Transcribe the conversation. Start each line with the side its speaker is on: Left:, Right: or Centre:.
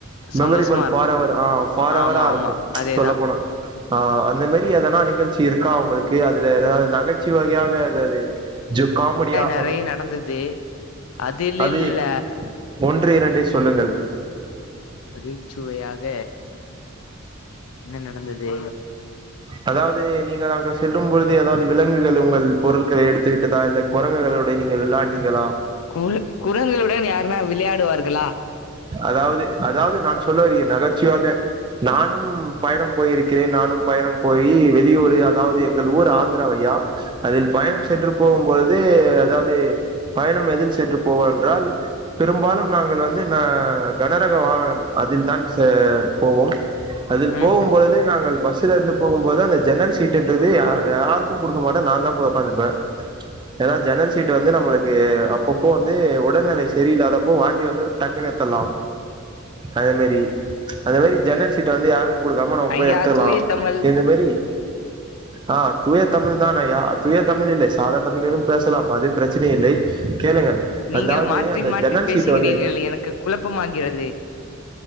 Right: மெமரிபள்
Left: சந்தோஷமா இருக்கும்
Right: ஃபாரெவரு ஆ ஃபாரெவரா
Left: ஆமா
Right: இருக்கு
Left: ஆமா அதேதான்
Right: சொல்ல போனா ஆ அந்த மாரி எதனா நிகழ்ச்சி இருக்கா உங்களுக்கு அதுல எதனா நகச்சுவையாக எதாது ஜோ காமடியா
Left: நறைய நடந்தது அதுல்
Right: அது
Left: இல்ல
Right: ஒன்று இரண்டை சொல்லுங்கள்
Left: நகைச்சுவையாக என்ன நடந்தது
Right: அதாவ்து நீங்கள் அங்க செல்லும் பொழுது எதாவ்து விலங்குகள் உங்கள் பொருள்களை எடுத்து விட்டதா இல்ல கொரங்குகளோடை நீங்கள் விளாட்னீங்களா
Left: குழு குரங்குளுடன் யார்ன்னா விளயாடுவார்களா
Right: அதாவ்து அதாவ்து நான் சொல்ல வருகிறேன் அதர்ச்சியாக நானும் பயணம் போயிருக்கிறேன் நானும் பயணம் போயி வெளியூரு அதாவ்து எங்கள் ஊர் ஆந்திரா வைய்யா அதில் பயணம் சென்று போகும் பொழுது அதாவ்து பயணம் எதில் சென்று போவோமென்றால் பெரும்பாலும் நாங்கள் வந்து ந கனரக வாகனம் அதில் தான் செ போவோம் அதில்
Left: ம்
Right: போகும்பொழுதே
Left: ம்
Right: நாங்கள் பஸ்லருந்து போகும்போது அந்த ஜன்னல் சீ ட்டென்றது ய யாருக்கு குடுக்க மாட்டே நா தா போய் ஒக்காந்துப்பே ஏனா ஜன்னல் சீட்டு வந்து நம்மளுக்கு அப்பப்போ வந்து உடல்நிலை சரியில்லாதப்போ வாந்தி வந்துரு டக்குன்னு எத்தலா அதே மாரி அந்த மாரி ஜன்னல் சீட்ட வந்து யாருக்கு குடுக்காம நம்ம போய்
Left: ஐயா
Right: எத்துலா
Left: தூய தமிழ்
Right: இந்த மேரி ஆ தூய தமிழ் தானய்யா தூய தமிழ் இல்லை சாதா தமிழிலும் பேசலாம் அது பிரச்சனை இல்லை கேளுங்கள்
Left: நீங்கள்
Right: அதாவது
Left: மாற்றி
Right: அந்த
Left: மாற்றி
Right: ஜன்னல்
Left: பேசுகிறீர்கள்
Right: சீட்டு வந்து
Left: எனக்கு குழப்பமாகிறது